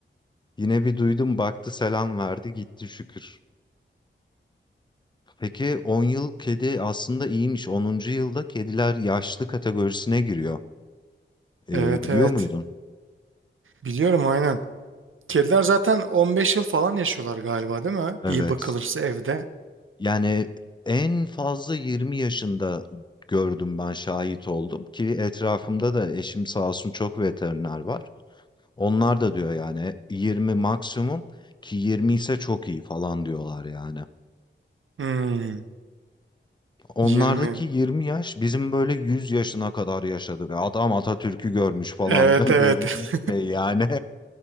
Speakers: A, on the left; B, on the right.
A: Yine bir duydum baktı selam verdi gitti şükür. Peki 10 yıl kedi aslında iyiymiş. Onuncu yılda kediler yaşlı kategorisine giriyor. Ee,
B: Evet
A: biliyor
B: evet.
A: muydun?
B: Biliyorum aynen. Kediler zaten 15 yıl falan yaşıyorlar galiba değil mi?
A: Evet.
B: İyi bakılırsa evde.
A: Yani en fazla 20 yaşında gördüm ben şahit oldum ki etrafımda da eşim sağ olsun çok veteriner var. Onlar da diyor yani 20 maksimum ki 20 ise çok iyi falan diyorlar yani.
B: Hmm,
A: Onlardaki
B: 20.
A: 20 yaş bizim böyle 100 yaşına kadar yaşadı ve adam Atatürk'ü görmüş falan
B: Evet
A: <laughs>
B: evet.
A: dediğimiz şey yani.